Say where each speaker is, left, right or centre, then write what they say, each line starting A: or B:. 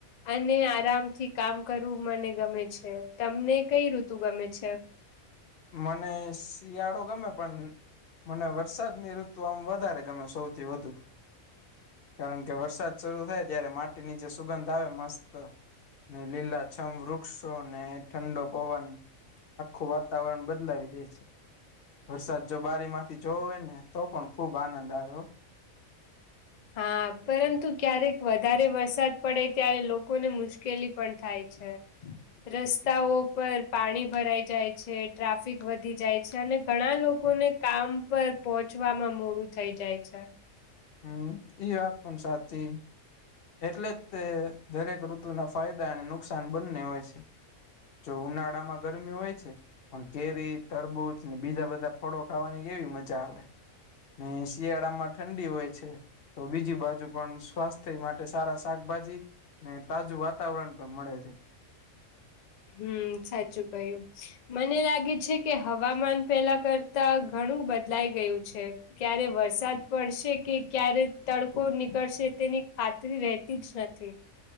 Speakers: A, on the left; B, on the left.
A: અને આરામથી કામ કરવું મને ગમે છે, તમને કંઈ ઋતુ ગમે છે.
B: મને શિયાળો ગમે પણ મને વરસાદની ઋતુ આમ વધારે ગમે સૌથી વધુ કારણ કે, વરસાદ શરૂ થાય ત્યારે માટીની જે સુગંધ આવે મસ્ત લીલાછમ વૃક્ષોને ઠંડો પવન આખું વાતાવરણ વાતાવરણ બદલાવી દે છે વરસાદ જો બારીમાંથી જોવો હોય નેતો પણ ખુબ આનંદ આવે હો.
A: હા, પરંતુ ક્યારેક વધારે વરસાદ પડે ત્યારે લોકોને મુશ્કેલી પણ થાય છે. રસ્તાઓ પર પાણી ભરાઈ જાય છે, ટ્રાફિક વધી જાય છે, અને ઘણા લોકોને કામ પર પોહોંચવામાં મોડું થઈ જાય છે.
B: હમ્મ એઈ વાત પણ સાચી એટલે જ તે દરેક ઋતુના ફાયદા અને નુકસાન બંને હોય છે જો ઉનાળા માં ગરમી હોય છે પણ કેરી તરબૂજ ને બીજા બધા ફળો ખાવાની કેવી મજા આવે ને શિયાળામાં ઠંડી હોય છે તો બીજી બાજુ પણ સ્વાસ્થ્ય માટે સારા શાકભાજી ને તાજું વાતાવરણ પણ મળે છે
A: હમ્મ સાચું કયું. મને લાગે છે કે હવામાન પેલા કરતા ઘણું બદલાઈ ગયું છે ક્યારે વરસાદ પડશે કે ક્યારે તડકો નીકળશે તેની ખાતરી રહેતી જ નથી.